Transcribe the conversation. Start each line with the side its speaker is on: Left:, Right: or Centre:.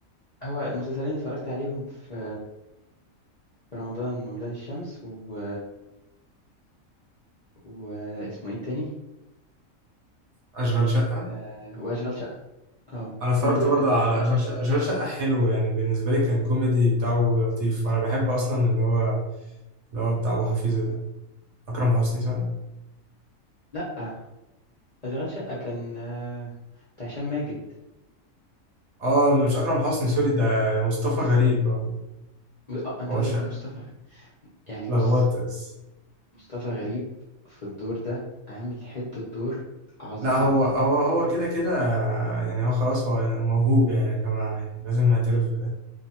Left: هو المسلسلين اللي اتفرجت عليهم في في رمضان ولاد الشمس و... واسمه ايه التاني
Right: اشغال شقه
Left: آه واشغال شقة اه
Right: انا اتفرجت
Left: هما دول
Right: برضه
Left: الوحيدين
Right: على اشغال شقه اشغال شقه حلو يعني بالنسبه لي كان كوميدي بتاعه لطيف وانا بحب اصلا اللي هو اللي هو بتاع ابو حفيظه ده اكرم حسني صح
Left: لا اشغال شقة كان آه، بتاع هشام ماجد
Right: اه مش اكرم حسني سوري ده مصطفى غريب اه
Left: اه انت
Right: هو
Left: قصدك
Right: شقه
Left: مصطفى يعني
Right: اتلخبطت
Left: بص
Right: بس
Left: مصطفى غريب في الدور ده عامل حتة دور عظيم
Right: لا هو هو هو كده كده يعني هو خلاص هو يعني موهوب يعني يا جماعه يعني لازم نعترف بده